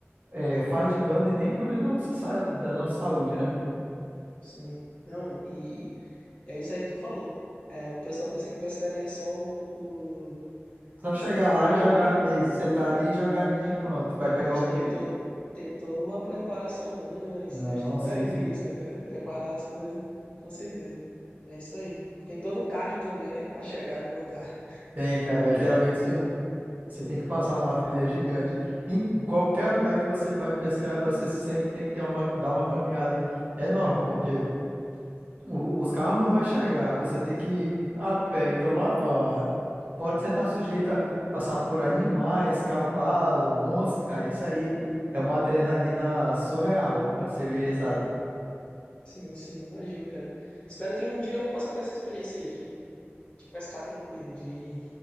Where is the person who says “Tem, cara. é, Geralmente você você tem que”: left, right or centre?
Right